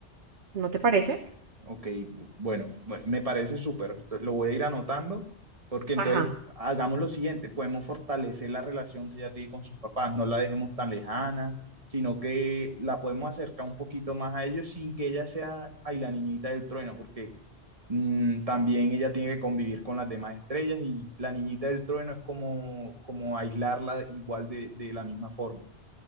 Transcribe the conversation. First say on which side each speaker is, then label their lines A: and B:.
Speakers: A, on the right; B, on the right.
A: ¿No te parece?
B: Ok, bueno, bu- me parece súper. Lo voy a ir anotando porque entonces
A: Ajá.
B: hagamos lo siguiente, podemos fortalecer la relación que ella tiene con sus papás, no la dejemos tan lejana, sino que la podemos acercar un poquito más a ellos sin que ella sea ay, la niñita del trueno, porque mm, también ella tiene que convivir con las demás estrellas y la niñita del trueno es como, como aislarla igual de, de la misma forma.